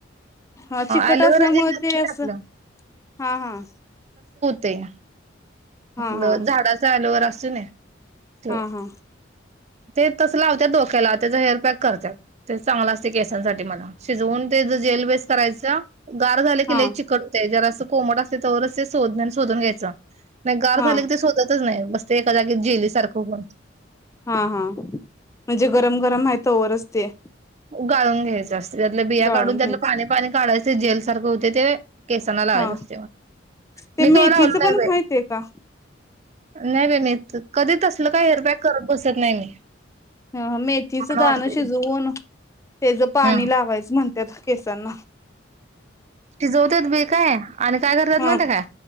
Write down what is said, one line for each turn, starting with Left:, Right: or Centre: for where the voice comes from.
Left: हा चिकट
Right: ॲलोवेरा
Left: असल्यामुळे
Right: जेल असतं
Left: ते असं
Right: ना आपलं
Left: हा हा.
Right: ते
Left: हा
Right: आपल
Left: हा
Right: झाडाचा आलोवेरा असतोय ना. तो
Left: हा हा.
Right: ते तस लावत्यात डोक्याला त्याचा हेअरपॅक करत्यात ते चांगल असते केसांसाठी मला शिजवून तेच जेलवेेस करायच. गार झाले की
Left: हा
Right: लई चिकट होत आहे जर असं कोमट असते तवाचे सोधन्याने सोधून घ्यायच. नाही गार झाले
Left: हा
Right: की ते शोधतच नाही बस ते एका जागेत जेली सारख होऊन.
Left: हा हा म्हणजे गरम गरम आहे तवरच ते
Right: गाळून घ्यायच असते त्यातल्या बिया
Left: गाळून
Right: काढून त्यातल
Left: घ्यायच
Right: पाणी पाणी काढायच जेल सारख होते ते. केसांना लावायच
Left: हा
Right: असतेय मग
Left: ते
Right: मी
Left: मेथीचं
Right: कवा लावल नाही
Left: पण
Right: बाई
Left: माहितीय का
Right: नाही बाई मी कधीच तसल काही हेअरपॅक करत बसत नाही मी.
Left: ह ह मेथीचं
Right: मला
Left: दाण
Right: वाटतंय
Left: शिजवून तेच पाणी
Right: हम्म.
Left: लावायच म्हण त्यात केसांना.
Right: शिजवत्यात बी काय आणि काय करतात
Left: हा
Right: माय ते का